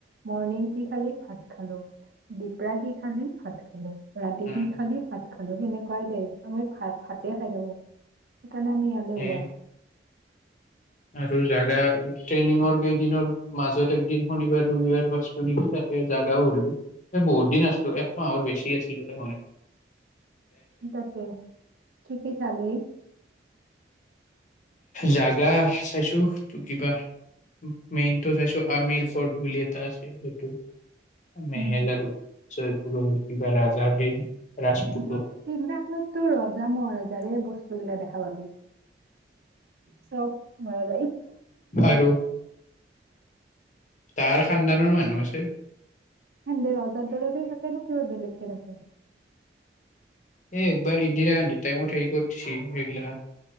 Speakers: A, on the right; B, on the left.
A: মৰ্ণিং কি খালি, ভাত খালো, দিপৰা কি খালি, ভাত খালো। ৰাতি
B: উম
A: কি খালি, ভাত খালো, সেনেকোৱাই দেই। আমি ভাত ভাতে খাই থাকো। কানে আমি এলেহুৱা।
B: সেই আৰু জাগা, ট্ৰেইনিঙৰ কেইদিনৰ মাজত একদিন শনিবাৰ ৰবিবাৰ পছলো নিকি, তাতে জেগাও হলো বহুত দিন আছিলো একমাহৰ বেছি আছিলো দে মই।
A: তাতে, কি কি খালি?
B: জাগা চাইছো টো কিবা মেইনটো চাইছো আমিৰ ফৰ্ট বুলি এটা আছে সেইটো, মেহেল
A: উম,
B: আৰু জয়পুৰৰ কিবা ৰাজাৰ সেই। ৰাজপুতৰ
A: <unintelligible> তো ৰজা মহাৰজাৰে বস্তু গিলা দেখা <unintelligible> সপ মাল
B: আৰু তাৰ সানদানৰ মানে <unintelligible>
A: হে দে ৰজাৰ দৰাতে থাকে ন কিবা বেলেগকে থাকে?
B: এ একবাৰ ইন্দিৰা গান্ধীৰ টাইমত হেৰি কৰি দিছে, এইেগিলা